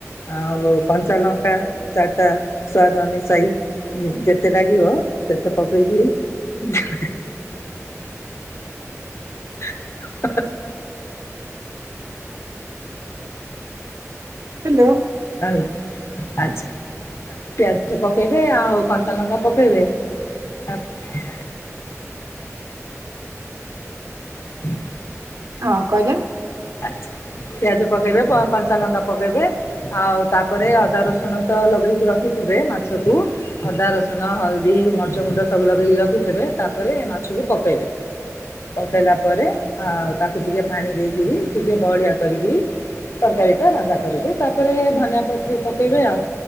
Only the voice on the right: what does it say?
ହେଲୋ
ହଁ କରିବା